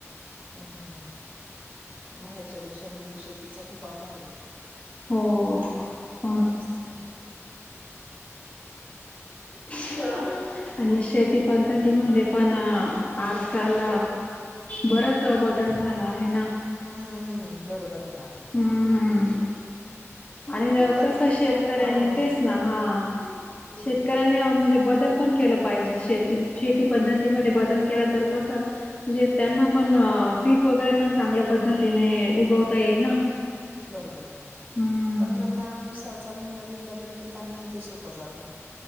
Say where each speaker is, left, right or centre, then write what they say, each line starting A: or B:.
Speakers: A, on the right (about 35°); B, on the left (about 25°).
A: ह ह ह बाहेरच्या देशांमध्ये शेतीचा खूप अभाव आहे
B: हो हो ना
A: ततर ना
B: <unintelligible> आणि शेतीपद्धतीमध्ये पण आजकाल बरास बदल झाला आहे ना
A: हं, हं, बरोबर आहे ना
B: हम्म
A: भरपूर
B: आणि
A: तंत्रज्ञान
B: कसं शेतकऱ्यांनी
A: अं,
B: तेच ना हा शेतकऱ्यांनी
A: बरोबर
B: म्हणजे बदल पण केलं पाहिजे शे शेती पद्धतीमध्ये बदल के तर कस म्हणजे त्यांना पण पीक वगैरे पण चांगल्या पद्धतीने उगवता येईल ना
A: बरोबर बरो
B: हम्म
A: तंत्रज्ञानानुसार चाललं नवीन नवीन गितांना ते सोपं जातं